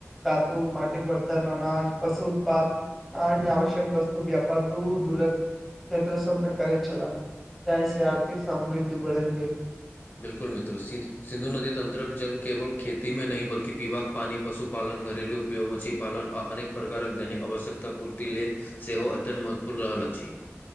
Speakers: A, in the centre; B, on the left.
A: धातु, मटिक वर्तन, अनाज, पशु उत्पाद अन्य आवश्यक वस्तु के अपन दूर दूरक क्षेत्र सब पे करै छलाे जाहि से आर्थिक समृद्धि बढ़ैत गेल।
B: बिल्कुल मित्र सिंधु सिन्धु नदी तन्त्रक जल केवल खेती मे नहि बल्कि पीबाक पानि पशुपालन, घरेलू उपयोग, मछलीपालन आ अनेक प्रकारक दैनिक आवश्यकता पूर्ति लेल सेहो अत्यंत महत्वपूर्ण रहल अछि।